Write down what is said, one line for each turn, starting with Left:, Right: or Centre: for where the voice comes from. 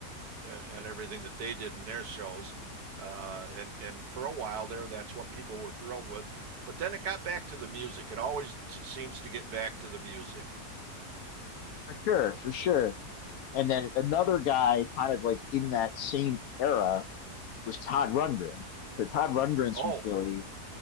Right: and, and everything that they did in their shows. Uh, and and for a while there, that's what people were thrilled with. But then it got back to the music. It always t- seems to get back to the music.
Left: For sure, for sure. And then another guy kind of like in that same era was Todd Rundgren. So Todd Rundgren's
Right: Oh,
Left: from Philly.